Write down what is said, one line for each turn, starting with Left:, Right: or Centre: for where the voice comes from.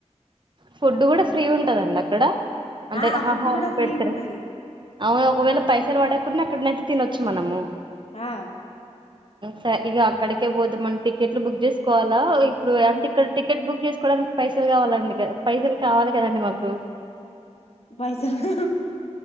Right: ఫుడ్ కూడా ఫ్రీ ఉంటదండి అక్కడ అంటే
Left: ఆ
Right: ఆహ్
Left: ఫుడ్
Right: హరం
Left: కూడా ఫ్రీగా
Right: పెడతారా
Left: ఉంటది
Right: అవును ఒకవేళ పైసలు పడకున్న అక్కడనైతే తినొచ్చు మనము
Left: ఆ
Right: స ఇగ అక్కడికే పోదమ్ అని టికెట్లు బుక్ చేస్ కోవాలా ఇప్పుడు అంటే ఇక్కల టికెట్ బుక్ చేసుకోడానికి పైసలు పైసలు కావాలండిగ పైసలు కావాలి కదండి మాకు
Left: పైసలు